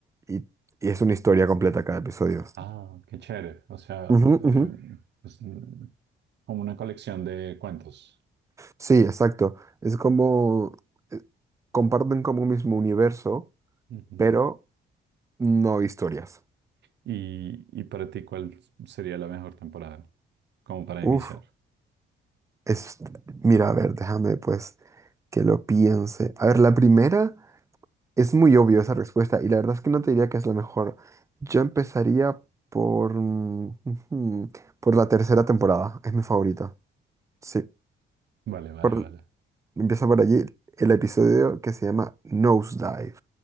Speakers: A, on the right; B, on the right.
A: y, y es una historia completa cada episodio.
B: Ah, qué chévere. O sea,
A: Ujú,
B: eh,
A: ujú.
B: pues, mm, como una colección de cuentos.
A: Sí, exacto. Es como, eh, comparten como un mismo universo,
B: Ujú.
A: pero no historias.
B: Y, y para ti, ¿cuál sería la mejor temporada? Como para
A: Uf,
B: iniciar.
A: es, mira, a ver, déjame pues que lo piense. A ver, la primera... Es muy obvio esa respuesta y la verdad es que no te diría que es la mejor. Yo empezaría por, mm, ujú, por la tercera temporada, es mi favorita. Sí,
B: Vale, vale,
A: por,
B: vale.
A: empieza por allí el episodio que se llama Nosedive.